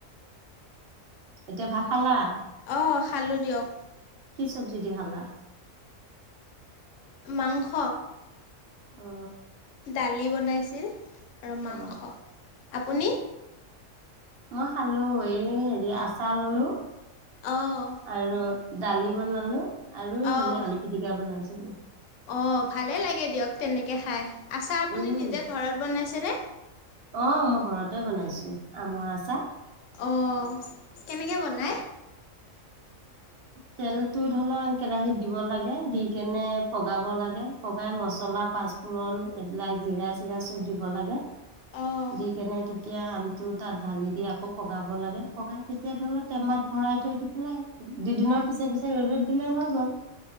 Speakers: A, on the right; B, on the left.
A: এতিয়া ভাত খালা?
B: অঁ খালোঁ দিয়ক।
A: কি চবজি দি খালা
B: মাংস'।
A: অ,
B: দালি বনাইছিল। আৰু
A: অ
B: মাংস আপুনি?
A: মাহ, খালো এই হেৰি আছ'। চাহ ল'লো
B: অ'
A: আৰু দালি বনালো। আৰু হেৰি
B: অ'।
A: আলু পিটিকা বনাইছো। <unintelligible>
B: অ ভালে লাগে দিয়ক তেনেকে খাই। আচাৰ আপুনি
A: উম
B: নিজে ঘৰত বনাইছেনে?
A: আহ মই ঘৰতে বনাইছো আমৰ আছা।
B: অ কেনেকে বনাই
A: তেলতটো ধৰি লওক কেৰাহীত দিব লাগে দি কেনে পগাব লাগে পগাই মছলা পাঁচফোৰণ এইবিলাক জিৰা চিৰা চব দিব লাগে।
B: অ',
A: যি কেনে ত' তেতিয়া আমটো তাত ঢালি দি আকৌ পগাব লাগে পগাই তেতিয়া ধৰি লক টেমাত ভৰাই থৈ দি পেলাই দুদিনৰ'। পিছে পিছে ৰ'দত দিলে হৈ গ'ল।